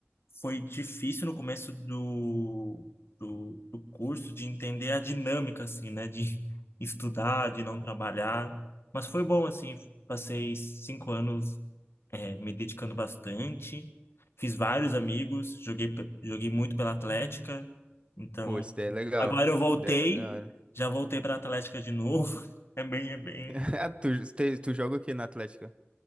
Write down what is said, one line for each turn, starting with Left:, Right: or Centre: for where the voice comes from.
Left: foi difícil no começo do, do, do curso de entender a dinâmica, assim, né? De <laughs> estudar, de não trabalhar. Mas foi bom, assim, passei cinco anos, eh, me dedicando bastante. Fiz vários amigos, joguei, pe- joguei muito pela Atlética. Então,
Right: Pô, isso daí é legal.
Left: agora
Right: Isso
Left: eu voltei,
Right: daí é da hora.
Left: já voltei para Atlética de novo. <laughs> É bem, é bem.
Right: <laughs> Ah, Tu, tu, tu joga o quê na Atlética?